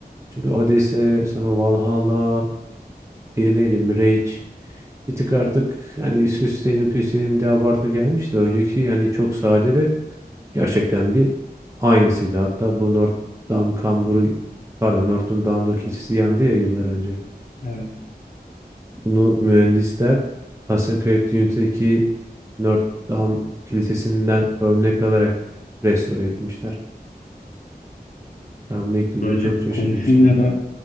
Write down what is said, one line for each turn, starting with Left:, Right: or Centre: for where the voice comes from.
Right: Çünkü Odyssey, sonra Valhalla, diğeri neydi? Mirage. Bir tık artık hani süsleyelim püsleyelim diye abartı gelmişti. Önceki hani çok sade ve gerçekten bir aynısıydı. Hatta bu Notre Dame kamburu pardon Notre Dame'dur kilisesi yandı ya yıllar önce.
Left: Evet.
Right: Bunu mühendisler Assassin's Creed Unity'deki Notre Dame kilisesinden örnek alarak restore etmişler. Ben bunu ilk duyduğumda
Left: Böyle
Right: çok şaşırmıştım.
Left: konuşunca da